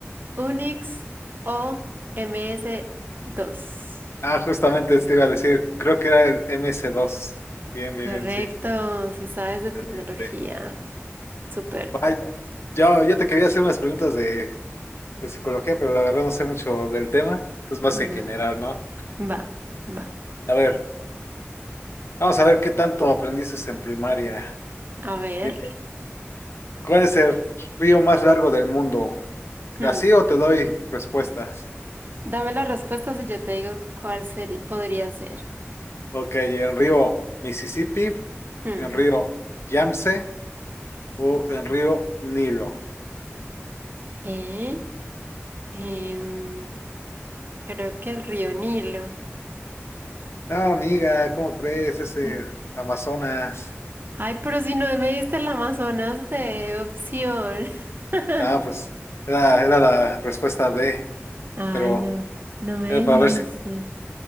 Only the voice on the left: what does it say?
Ah, justamente te iba a decir, creo que era el M C dos. Bien, bien,
bien, sí.
Excelente.
Vaya, yo, yo te quería hacer unas preguntas de, de psicología, pero la verdad no sé mucho del tema, es más en
general, ¿no?
A ver. Vamos a ver qué tanto aprendiste en primaria.
Dime, ¿cuál es el río más largo del mundo?
¿Así o te doy respuestas?
Ok, ¿el río Mississippi,
el río Yamse o el río Nilo?
No, amiga, ¿cómo crees? ese
Amazonas.
Ah, pues era, era la respuesta D,
pero
era
para ver si,